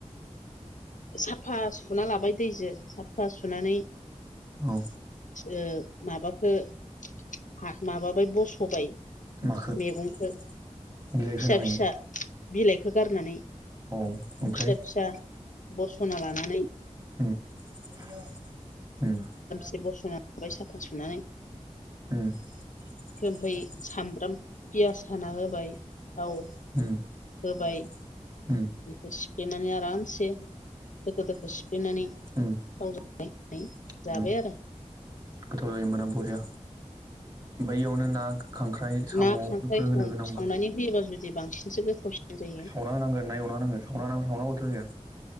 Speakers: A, on the left (about 85°); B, on the right (about 35°).
A: साफा सुना लाबाय दैजों साफा सुनानै
B: औ
A: ओ माबाखो हा माबाबाय बस'बाय
B: माखो
A: मैगंखौ
B: बिलाइखोना
A: फिसा
B: मायो
A: फिसा बिलाइखौ गारनानै
B: औ ओमफ्राय
A: फिसा फिसा
B: उम
A: बस'ना लानानै
B: उम
A: जेबर संना हाबबाय साफा सुनानै
B: उम
A: ओमफ्राय सामब्राम
B: उम
A: पियास हाना होबाय थाव
B: उम
A: होबाय बेखौ सिफ्लेनानै आरामसे
B: उम
A: दोखो दोखो सिफ्लेनानै
B: उम
A: थावजों जाबाय आरो
B: गोथाव जायो होमबाना बरिया बैयावनो ना खांख्राइ साम'
A: ना खांख्राइ
B: बेफोर होनो गोनांबा
A: सावनानै होयोबा जुदि बांसिनसो गोथावसिन जायो
B: सावना होनांगोन ना एवना होनांगोन सावना सावनांगथ' जायो